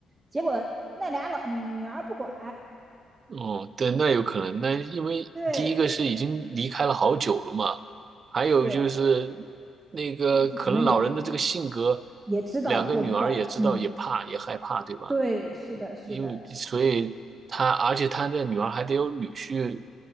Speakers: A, on the right; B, on the right.
A: 结果那俩老女女儿不管，
B: 哦，对，那有可能，那因为第一个是已经离开了好久了嘛，
A: 对，
B: 还有就是
A: 是
B: 那个可能老人的这个性格，
A: 估计可能也也知道过不惯，
B: 两个女儿也知道，
A: 嗯，
B: 也怕，也害怕，对吧？
A: 对，是的，是的，
B: 因为所以他，而且他的女儿还得有女婿。